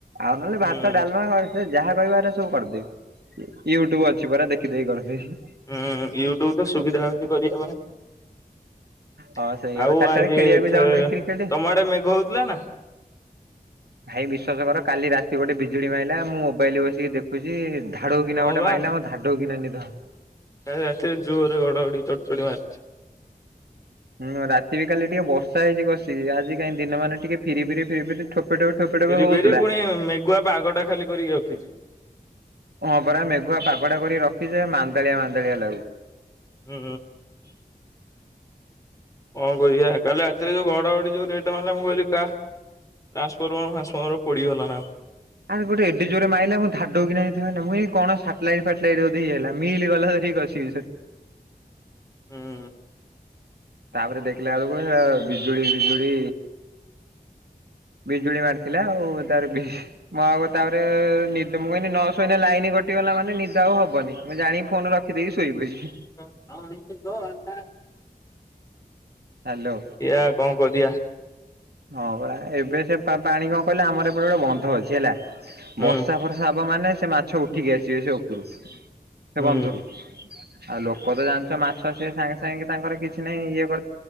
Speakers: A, on the right; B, on the left.
A: ଆଉ ନହେଲେ
B: ହୁଁ
A: ଭାତ ଡାଲମା ସେ ଯାହା କହିବା ହେରା ସବୁ କରିଦେବି, ୟୁଟ୍ୟୁବ ଅଛି ପରା ଦେଖିଦେଖି କରିଦେବି।
B: ହୁଁ ୟୁଟ୍ୟୁବ ତ ସୁବିଧା ହଉଛି କରିବା ପାଇଁ।
A: ହଁ ସେଇଆ
B: ଆଉ
A: ବା ଚାରିଟାବେଳେ
B: ଆଜି
A: ଖେଳିବାକୁ
B: ତମ
A: ଯାଉନ କି କ୍ରିକେଟ?
B: ଆଡେ ମେଘ ହଉଥିଲା ନା?
A: ଭାଇ ବିଶ୍ୱାସ କର କାଲି ରାତି ଗୋଟେ ବିଜୁଳି ମାଇଲା, ମୁଁ ମୋବାଇଲ୍ ବସିକି ଦେଖୁ <unintelligible> ଧାଡୁ କିନା
B: ହଁ
A: ଗୋଟେ
B: ବା
A: ମାଇଲା, ମୋର ଧାଡୁ କିନା ନିଦଭା
B: କାଲି ରାତିରେ ଜୋରୋ ଘଡ଼ଘଡ଼ି ଚଡ଼ଚଡ଼ି ମାରିଛି।
A: ହୁଁ ରାତିରେ କାଲି ଟିକେ ବର୍ଷା ହେଇଛି କଷିକି, ଆଜି କାଇଁ ଦିନ ମାନେ ଟିକେ ଫିରି ଫିରି ଫିରି ଫିରି ଠୋପେ, ଠୋପେ ଠୋପେ
B: ପିରି
A: ହଉଥିଲା
B: ପିରି ପୁଣି ମେଘୁଆ ପାଗଟା ଖାଲି କରିକି ରଖିଛି।
A: ହଁ ପରା ମେଘୁଆ ପାଗଟା କରିକି ରଖିଛି ଯେ ମାନ୍ଦାଳିଆ ମାନ୍ଦଳିଆ ଲାଗୁ
B: ହୁଁ। କଣ କରିଆ କାଲି ରାତିରେ ଯୋଉ ଘଡଘଡି ଯୋଉ ରେଟରେ ମାରିଲା, ମୁଁ କହିଲି କା <unintelligible> ପୋଡ଼ିଗଲା ନା
A: ଆର୍ ଗୋଟେ ଏଡେ ଜୋରେ ମାଇଲା ମୁଁ ଧାଡଉ କି ନା ନିଦ ଭାଙ୍ଗିଲା ମୁଁ ଭାବିଲି କଣ ସାଟଲାଇଟ୍ ଫାଟଲାଇଟ୍ ବୋଧେ ଇଏ ହେଲା ମିିଲ୍ ଗଲା ଠିକ୍ ଅଛି। <unintelligible>
B: ହୁଁ।
A: ତାପରେ ଦେଖିଲା ବେଳକୁ ସେ ବିଜୁଳି ଫିଜୁଳି ବିଜୁଳି ମାରିଥିଲା ଆଉ ତାର ବି ମୁଁ ଆଉ ତାପରେ-ଏ-ଏ-ଏ ନିଦ ମୁଁ ଏଇନେ ନ ଶୋଇନେ ଲାଇନ କଟିଗଲା ମାନେ ନିଦ ଦ ଆଉ ହବନି, ମୁଁ ଜାଣି ଫୋନ ରଖିଦେଇକି ଶୋଇ ପଇଲି।
B: <inaudible>
A: ହାଲୋ।
B: ଏୟା କଣ କରିଆ?
A: ହଁ ପରା ଏବେ ସେ ପା ପାଣି କଣ କହିଲ, ଆମର ଏପଟେ ଗୋଟେ ବନ୍ଧ ଅଛି ହେଲା,
B: ହୁଁ
A: ବର୍ଷା ଫ ର୍ଷା ହବ ମାନେ ସେ ମାଛ ଉଠିକି ଆସିବେ ସେ ଉପରୁ ସେ
B: ହୁଁ
A: ବନ୍ଧରୁ। ଆଉ ଲୋକ ତ ଜାଣିଛ ମାଛ ସିଏ ସାଙ୍ଗେ ସାଙ୍ଗେ ତାଙ୍କର କିଛି ନାହିଁ ଇଏ କରି